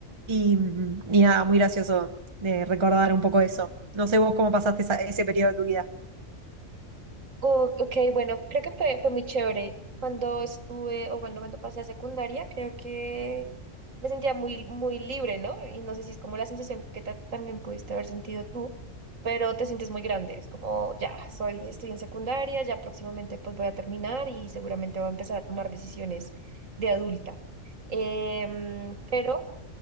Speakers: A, on the right (about 25°); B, on the right (about 80°).
A: y, y nada, muy gracioso de recordar un poco eso. No sé vos cómo pasaste esa- ese periodo de tu vida.
B: Oh, ok, bueno, creo que fue, fue muy chévere. Cuando estuve, o bueno, cuando pasé a secundaria, creo que me sentía muy, muy libre, ¿no? Y no sé si es como la sensación que ta- también pudiste haber sentido tú, pero te sientes muy grande. Es como, ya, soy, estoy en secundaria, ya próximamente pues voy a terminar y seguramente voy a empezar a tomar decisiones de adulta. Em, pero